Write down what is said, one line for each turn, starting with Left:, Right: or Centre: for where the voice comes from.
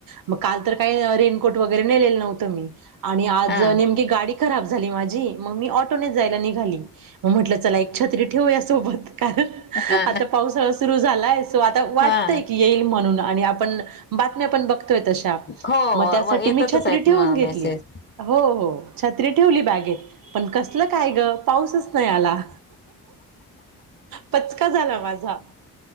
Right: मग काल तर काय रेनकोट वगैरे नेलेल नव्हतं मी आणि आज
Left: हा
Right: नेमकीे गाडी खराब झाली माझी मग मी ऑटोनेच जायला निघाली. मग म्हटलं चला एक छत्री ठेवूया सोबत कारण
Left: हा
Right: आता पावसाळा सुरू झालाय सो आता वाटतय
Left: हा
Right: की येईल म्हणून आणि आपण बातम्या आपण बघ. तोय तशा
Left: हो
Right: मग त्यासाठी
Left: येतातच
Right: मी छत्री
Left: आहेत
Right: ठेवून
Left: म
Right: घेतली.
Left: मेसेज
Right: हो हो छत्री ठेवली बॅगेत पण कसल काय ग पाऊसच नाही आला.
Left: <inaudible>
Right: पचका झाला माझा.